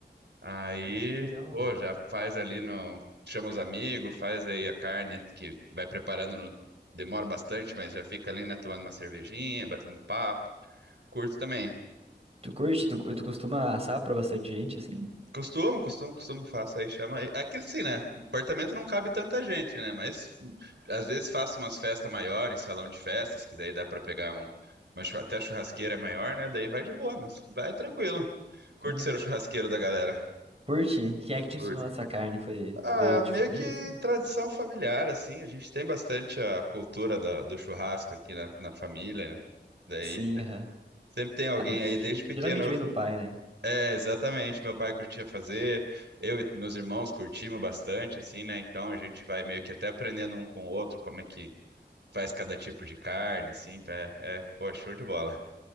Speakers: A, on the right (about 75°); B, on the right (about 35°).
A: Aí,
B: Ah, que legal.
A: pô, já faz ali no chama os amigos, faz aí a carne que vai preparando no... demora bastante, mas já fica ali, né, tomando uma cervejinha, batendo um papo. Curto também.
B: Tu curte? Tu, tu costuma assar pra bastante gente, assim?
A: Costumo, costumo, costumo, faço aí, chama aí. Aqui assim, né? Apartamento não cabe tanta gente, né? Mas às vezes faço umas festas maiores, salão de festas, que daí dá pra pegar um, uma chu- até a churrasqueira é maior, né? Daí vai de boa, mas vai tranquilo. Curto
B: Ah,
A: ser o
B: que-
A: churrasqueiro da galera.
B: Curte? Quem é que te
A: Curto.
B: ensinou a assar carne? Foi,
A: Ah,
B: veio de
A: meio
B: família,
A: que
B: assim?
A: tradição familiar, assim. A gente tem bastante a cultura da- do churrasco aqui na, na família, né? Daí
B: Sim,
A: se-
B: aham.
A: sempre tem alguém
B: Ah,
A: aí,
B: ge-
A: desde pequeno
B: geralmente
A: eu
B: vem
A: vi.
B: do pai, né?
A: É, exatamente. Meu pai curtia fazer, eu e meus irmãos curtimos bastante, assim, né? Então a gente vai meio que até aprendendo um com o outro como é que faz cada tipo de carne, assim. É, é, pô, show de bola.